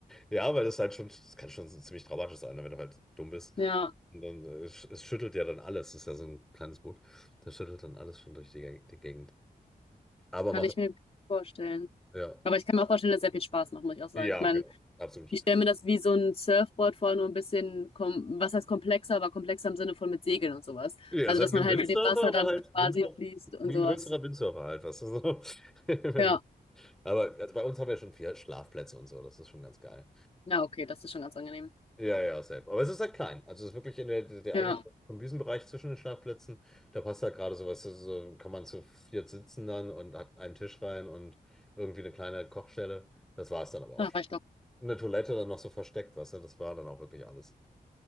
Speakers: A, in the centre; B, on the left.
A: Ja, weil das halt schon, das kann schon ziemlich dramatisch sein, ne, wenn du halt dumm bist.
B: Ja,
A: Und dann, äh, es, es schüttelt ja dann alles. Das ist ja so ein kleines Boot. Das schüttelt dann alles schon durch die, Geg- die Gegend. Aber
B: kann
A: macht,
B: ich mir vorstellen.
A: ja.
B: Aber ich kann mir auch vorstellen, dass es sehr viel Spaß macht, muss ich auch sagen.
A: Ja,
B: Ich meine,
A: genau. Absolut.
B: ich stelle mir das wie so ein Surfboard vor, nur ein bisschen, kom was heißt komplexer, aber komplexer im Sinne von mit Segeln und sowas.
A: Ja,
B: Also,
A: es hat
B: dass
A: wie
B: man
A: ein
B: halt
A: Windsurfer,
B: mit dem Wasser
A: aber
B: dann
A: halt
B: quasi
A: Windsurfer,
B: fließt und
A: wie
B: sowas.
A: ein größerer Windsurfer halt, was so. <laughs> Wenn-
B: Ja,
A: Aber also bei uns haben wir schon vier Schlafplätze und so. Das ist schon ganz geil.
B: na okay, das ist schon ganz angenehm.
A: Ja, ja, safe. Aber es ist halt klein. Also es ist wirklich in der, der, der
B: Ja,
A: eigentliche Kombüsenbereich zwischen den Schlafplätzen. Da passt halt gerade sowas. So, so kann man zu viert sitzen dann und hat einen Tisch rein und irgendwie eine kleine Kochstelle. Das war es dann aber auch
B: da reicht
A: schon.
B: doch.
A: in der Toilette dann noch so versteckt, weißt du, das war dann auch wirklich alles.